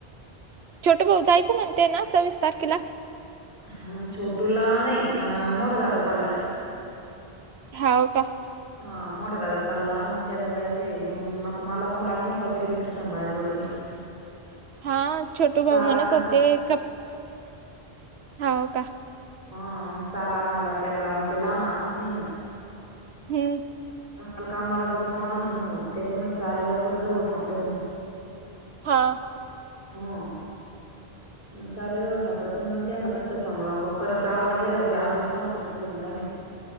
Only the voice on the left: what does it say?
हा छोटूला नाही, अ मोठा दादा चाललाय.
हा मोठा दादा चालला मग त्याला जायचंय मंग आता मला पण लागेल ना, बकरी-बिकरी सांभाळायला जोडीदार
चारा
आणायला
हा मंग चारा आणायला त्याला, मग ते लहान आणत नाही ना.
मंग मला कामाला जाऊन चारा आणण नाही होत, त्याच्यामध्ये चारे लवकर जवळ सापडत नाही. हा
हा, मग चारे जवळ सापडत नयी, मंग त्यांना कस काय सांभाळन बा. परत गावाला गेल्यावर बयी आठ दिवस कोणाकड तरी सोडून जाण हे.